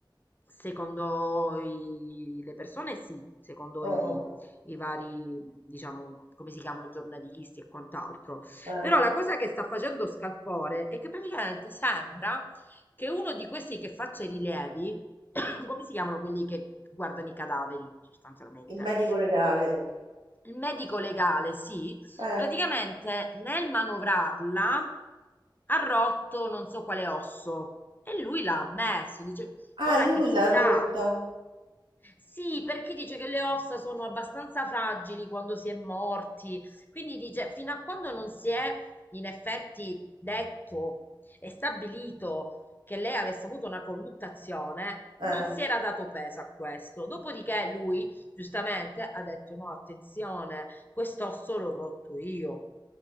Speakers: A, on the left (about 25°); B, on the right (about 75°).
A: Secondo i- le persone sì, secondo
B: Oh,
A: i, i vari, diciamo, come si chiamano, giornalisti e quant'altro.
B: eh.
A: Però la cosa che sta facendo scalpore è che praticamente sembra che uno di questi che faccia i rilievi, <coughs> come si chiamano quelli che guardano i cadaveri, sostanzialmente?
B: Il medico legale.
A: Il medico legale, sì,
B: Eh.
A: praticamente nel manovrarla ha rotto non so quale osso e lui l'ha ammesso. Dice, ora
B: Ah, lui
A: che si
B: l'ha
A: sa.
B: rotta.
A: Sì, perché dice che le ossa sono abbastanza fragili quando si è morti, quindi dice fino a quando non si è in effetti detto e stabilito che lei avesse avuto una colluttazione,
B: Eh.
A: non si era dato peso a questo. Dopodiché lui, giustamente, ha detto no, attenzione, quest'osso l'ho rotto io.